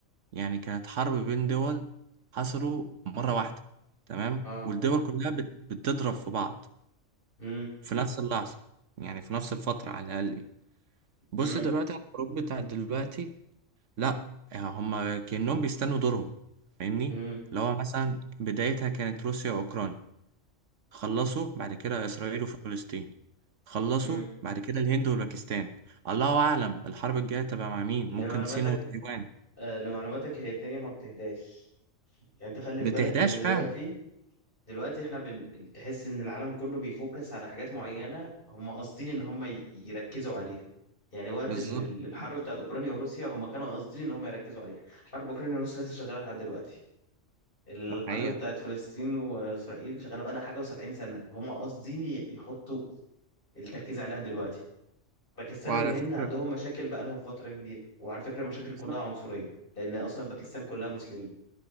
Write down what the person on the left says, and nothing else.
اه
امم
امم
امم
امم
لمعلوماتك
آه لمعلوماتك هي الدنيا ما بتهداش يعني انت خلي
في بالك ان دلوقتي
دلوقتي احنا بن... تحس ان العالم كله بيفوكس على حاجات معينة هم قاصدين ان هم ي- يركزوا عليها يعني وقت
ال- ال- الحرب بتاعت اوكرانيا وروسيا هم كانوا قاصدين ان هم يركزوا عليها حرب اوكرانيا وروسيا لسه شغالة لحد دلوقتي الحرب
بتاعت فلسطين واسرائيل شغالة بقى لها حاجة و70 سنة هم قاصدين ي- يحطوا التركيز عليها دلوقتي باكستان
والهند
عندهم مشاكل بقالهم فترة كبيرة وعلى فكرة مشاكل
كلها عنصرية لأن أصلا باكستان كلها مسلمين